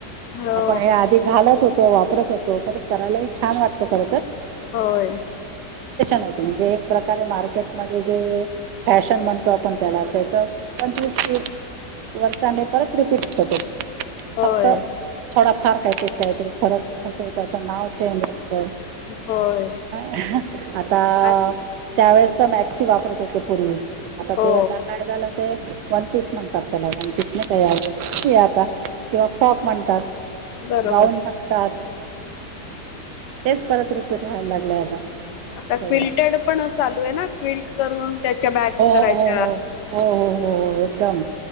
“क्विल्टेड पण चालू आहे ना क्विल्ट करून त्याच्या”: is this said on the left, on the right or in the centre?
Left